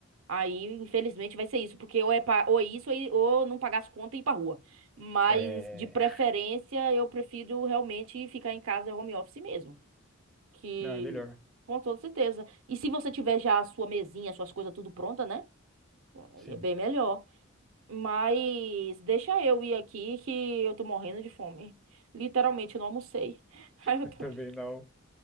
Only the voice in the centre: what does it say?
é, é,
<laughs>
não, é melhor.
Sim,
eu
também
não.